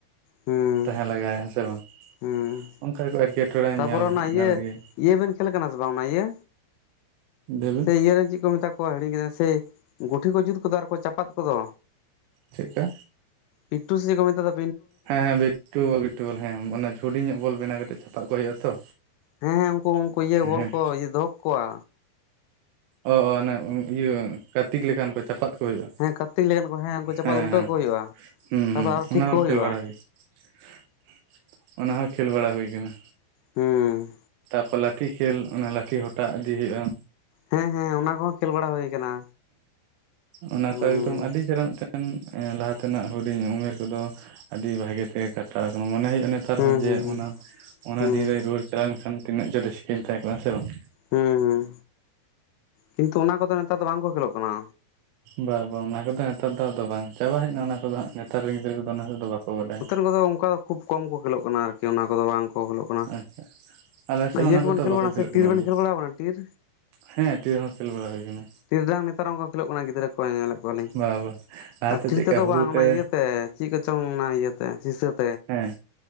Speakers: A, on the left; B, on the right.
A: ᱦᱩᱸ
B: ᱛᱟᱦᱮᱸ ᱞᱟᱜᱟᱭᱟ ᱥᱮ ᱵᱟᱝ᱾
A: ᱦᱩᱸ
B: ᱚᱱᱠᱟ ᱠᱚ ᱮᱴᱠᱮᱴᱚᱬᱮ
A: ᱛᱟᱯᱚᱨᱮ
B: ᱧᱮᱞ
A: ᱚᱱᱟ ᱤᱭᱟᱹ
B: ᱫᱟᱲᱮᱜᱭᱟᱜ ᱜᱮᱭᱟ᱾
A: ᱤᱭᱟᱹ ᱵᱮᱱ ᱠᱷᱮᱞ ᱠᱟᱱᱟ ᱥᱮ ᱵᱟᱝ ᱚᱱᱟ ᱤᱭᱟᱹ
B: ᱞᱟᱹᱭᱵᱤᱱ
A: ᱥᱮ ᱤᱭᱟᱹ ᱪᱮᱫ ᱠᱚ ᱢᱮᱛᱟ ᱾ ᱠᱚ ᱦᱤᱲᱤᱧ ᱠᱮᱫᱟ ᱥᱮ ᱜᱩᱴᱷᱤ ᱠᱚ ᱡᱩᱛ ᱠᱚᱫ ᱟᱨ ᱠᱚ ᱪᱟᱯᱟᱫ ᱠᱚᱫᱚ᱾
B: ᱪᱮᱫ ᱠᱟ
A: ᱯᱤᱴᱩ ᱥᱮ ᱪᱮᱫ ᱢᱮᱛᱟᱜ ᱫᱟ᱾
B: ᱦᱮᱸ ᱦᱮᱸ ᱵᱤᱴᱩᱵᱚᱞ ᱵᱤᱴᱩᱵᱚᱞ ᱦᱮᱸ ᱚᱱᱟ ᱦᱟᱰᱤᱧ ᱧᱚᱜ ᱵᱚᱞ ᱵᱮᱱᱟᱣ ᱠᱟᱛᱮ ᱪᱷᱟᱯᱟ ᱠᱚ ᱦᱩᱭᱩᱜᱼᱟ ᱛᱚ᱾
A: ᱦᱮᱸ ᱦᱮᱸ, ᱩᱱᱠᱩ ᱩᱱᱠᱩ ᱤᱭᱟᱹ ᱵᱚᱞ
B: ᱦᱮᱸ
A: ᱠᱚ ᱤᱭᱟᱹ ᱫᱚᱦᱚ ᱠᱟᱠᱚᱣᱟ᱾
B: ᱚ ᱦᱟᱱᱮ ᱤᱭᱟᱹ ᱠᱟᱨᱛᱤᱠ ᱞᱮᱠᱟᱱ ᱠᱚ ᱪᱟᱯᱟᱛ ᱦᱩᱭᱩᱜ-ᱟ,
A: ᱦᱮᱸ ᱠᱟᱹᱨᱛᱤᱠ ᱞᱮᱠᱟᱱ ᱠᱚ ᱩᱱᱠᱩ ᱪᱟᱯᱟᱫ
B: ᱦᱮᱸ
A: ᱩᱞᱴᱟᱹᱣ
B: ᱦᱮᱸ
A: ᱠᱚ ᱦᱩᱭᱩᱜᱼᱟ
B: ᱦᱩᱸ
A: ᱛᱟᱯᱚᱨ
B: ᱦᱩᱸᱸ
A: ᱟᱨᱚ ᱴᱷᱤᱠ
B: ᱚᱱᱟ
A: ᱠᱚ
B: ᱦᱚᱸ
A: ᱦᱩᱭᱩᱜᱼᱟ
B: ᱠᱷᱮᱞ ᱵᱟᱲᱟ ᱦᱩᱭ ᱠᱟᱱᱟ ᱾ ᱚᱱᱟ ᱦᱚᱸ ᱠᱷᱮᱞ ᱵᱟᱲᱟ ᱦᱩᱭ ᱠᱟᱱᱟ᱾
A: ᱦᱩᱸ᱾
B: ᱛᱟᱯᱚᱨ ᱞᱟᱴᱷᱤ ᱠᱷᱮᱞ ᱚᱱᱟ ᱞᱟᱴᱷᱤ ᱦᱚᱴᱟᱜ ᱤᱫᱤ ᱦᱩᱭᱩᱜ-ᱟ᱾
A: ᱦᱮᱸ ᱦᱮᱸ ᱚᱱᱟ ᱠᱚᱦᱚᱸ ᱠᱷᱮᱞ ᱵᱟᱲᱟ ᱦᱳᱭ ᱠᱟᱱᱟ,
B: ᱚᱱᱟ
A: ᱦᱩᱸ᱾
B: ᱠᱚ ᱮᱠᱫᱚᱢ ᱟᱹᱰᱤ ᱪᱮᱦᱨᱟ ᱢᱤᱫᱴᱮᱱ ᱞᱟᱦᱟ ᱛᱮᱱᱟᱜ ᱦᱩᱰᱤᱧ ᱩᱢᱮᱨ ᱠᱚᱫᱚ ᱟᱰᱤ ᱵᱷᱟᱜᱮ ᱛᱮᱜᱮ ᱠᱟᱴᱟᱣ ᱟᱠᱟᱱᱟ, ᱢᱚᱱᱮ ᱦᱩᱭᱩᱜ-ᱟ ᱱᱤᱛ ᱱᱮᱛᱟᱨ
A: ᱦᱩᱸ
B: ᱦᱚᱸ ᱡᱮ
A: ᱦᱩᱸ ᱦᱩᱸ
B: ᱚᱱᱟ ᱚᱱᱟ
A: ᱦᱩᱸ
B: ᱫᱤᱱ ᱨᱮ ᱨᱩᱣᱟᱹᱲ ᱪᱟᱞᱟᱣ ᱞᱮᱱᱠᱷᱟᱱ ᱛᱤᱱᱟᱹᱜ ᱪᱚ ᱨᱟᱹᱥᱠᱟᱹᱧ ᱛᱟᱦᱮᱸ ᱠᱚᱜ-ᱟ, ᱦᱮᱸ ᱥᱮ ᱵᱟᱝ?
A: ᱦᱮᱸ ᱦᱩᱸ ᱠᱤᱱᱛᱩ ᱚᱱᱟ ᱠᱚᱫᱚ ᱱᱮᱛᱟᱨ ᱫᱚ ᱵᱟᱝ ᱠᱚ ᱠᱷᱮᱞᱚᱜ ᱠᱟᱱᱟ᱾
B: ᱵᱟᱝ ᱵᱟᱝ ᱚᱱᱟ ᱠᱚᱫᱚ ᱱᱮᱛᱟᱨ ᱫᱚ ᱟᱫᱚ ᱵᱟᱝ ᱪᱟᱵᱟ ᱦᱮᱡᱱᱟ ᱚᱱᱟ᱾ ᱠᱚᱫᱚ ᱦᱟᱜ ᱱᱮᱛᱟᱨ ᱨᱮᱱ ᱜᱤᱫᱽᱨᱟᱹᱫᱚ ᱚᱱᱟ ᱛᱮᱫ ᱫᱚ ᱵᱟᱠᱚ ᱵᱟᱰᱟᱭᱟᱺ
A: ᱚᱱᱟ ᱫᱚ ᱚᱝᱠᱟ ᱠᱷᱩᱵ ᱠᱚᱢ ᱠᱚ ᱠᱷᱮᱞᱳᱜ ᱠᱟᱱᱟ ᱟᱨᱠᱤ ᱚᱱᱟ ᱠᱚᱫᱚ ᱵᱟᱝ ᱠᱚ ᱠᱷᱮᱞᱚᱜ ᱠᱟᱱᱟ,
B: ᱟᱪᱪᱷᱟ ᱟᱞᱮ ᱥᱮᱫ ᱦᱚᱸ
A: ᱤᱭᱟᱹ
B: ᱚᱱᱟ
A: ᱠᱚᱵᱮᱱ
B: ᱠᱚᱫᱚ
A: ᱠᱷᱮᱞ
B: ᱵᱟᱠᱚ
A: ᱵᱟᱲᱟ
B: ᱠᱷᱮᱞᱳᱜ
A: ᱥᱮ ᱴᱤᱨ
B: ᱠᱟᱱᱟ
A: ᱵᱮᱱ
B: ᱟᱫᱚ
A: ᱠᱷᱮᱞ ᱵᱟᱲᱟ ᱠᱟᱫᱟ ᱴᱤᱨ
B: ᱦᱮᱸ ᱴᱤᱨ ᱦᱚᱸ ᱠᱷᱮᱞ ᱵᱟᱲᱟ ᱦᱩᱭ ᱠᱟᱱᱟ᱾
A: ᱴᱤᱨᱰᱟᱝ ᱱᱮᱛᱟᱨᱚᱝ ᱠᱚ ᱠᱷᱮᱞᱳᱜ ᱠᱟᱱᱟ ᱜᱤᱫᱽᱨᱟᱹ ᱠᱚ ᱧᱮᱞᱮᱫ ᱠᱚᱣᱟᱞᱤᱧ,
B: ᱵᱟ ᱵᱟ ᱞᱟᱦᱟᱛᱮ
A: ᱟᱨ ᱴᱤᱨ
B: ᱪᱮᱫᱠᱟ
A: ᱛᱮᱫᱚ
B: ᱦᱩᱲᱩ
A: ᱵᱟᱝ
B: ᱛᱮ
A: ᱚᱱᱟ ᱤᱭᱟᱹᱛᱮ᱾ ᱪᱮᱫ ᱠᱚᱪᱚᱝ ᱚᱱᱟ ᱤᱭᱟᱹᱛᱮ ᱦᱤᱸᱥᱟᱹᱵᱽ
B: ᱦᱮᱸ